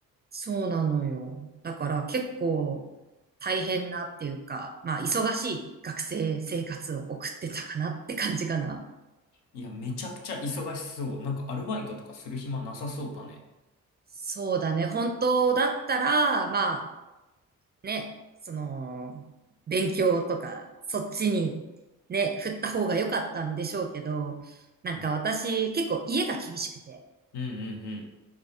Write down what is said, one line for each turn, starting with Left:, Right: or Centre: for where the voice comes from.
Right: そうなのよ。だから結構大変なっていうか、まあ忙しい学生生活を送ってたかなって感じかな。
Left: いや、めちゃくちゃ忙しそう。なんかアルバイトとかする暇なさそうだね。
Right: そうだね。本当だったら、まあね、その、勉強とか、そっちにね、振った方が良かったんでしょうけど、なんか私結構家が厳しくて、
Left: うん、うん、うん。うん